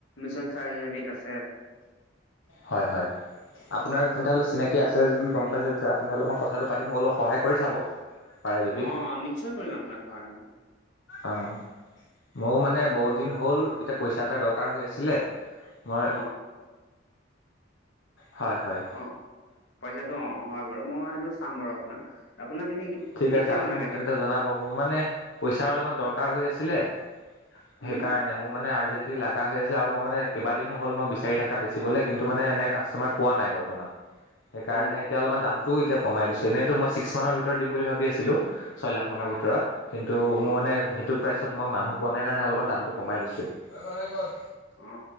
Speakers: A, on the left; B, on the left.
A: মিছন চাৰিআলিত আছে <inaudible>
B: হয় হয় আপোনাৰ
A: অ',
B: তেন্ত হ'লে চিনাকি আছে যদি গম পাইছে আপুনি অলপমান কথাটো পাতি মোক অলপ সহায় কৰি চাব পাৰে যদি
A: অ নিশ্চয় কৰিম আপোনাক সহায় মই
B: অ মোৰো মানে বহুত দিন হ'ল এতিয়া পইচা এটা দৰকাৰ হৈ আছিলে মই
A: অ
B: হয় হয়
A: অ', পইচাটো অ হয় বাৰু মই সেইটো চাম বাৰু আপোনাক এনেই
B: ঠিক
A: কেতিয়া
B: আছে আপুনি
A: মানে
B: মোক
A: লাগে
B: তেন্তে জনাব মোৰ মানে পইচাৰ অলপমান দৰকাৰ হৈ আছিলে সেইকাৰণে
A: উম
B: মোৰ মানে আৰ্জেণ্ট লগা হৈ আছিলে আৰু মই মানে কেইবাদিনো হ'ল মই বিচাৰি থাকা বেচিবলৈ কিন্তু মানে এনে কাষ্টমাৰ পোৱা নাই বৰ্তমান, সেইকাৰণে
A: অ
B: এতিয়া অলপমান দামটোও এতিয়া কমাই দিছো এনে মই ছিক্স মানৰ ভিতৰত দিম বুলি ভাবি আছিলো ছয় লাখ মানৰ
A: অ
B: ভিতৰত কিন্তু
A: অ
B: মোৰ
A: অ
B: মানে সেইটো প্ৰাইচত মই মানুহ পোৱা নাই কাৰণে অলপমান দামটো কমাই দিছোঁ। হৈ গল হৈ গল
A: অ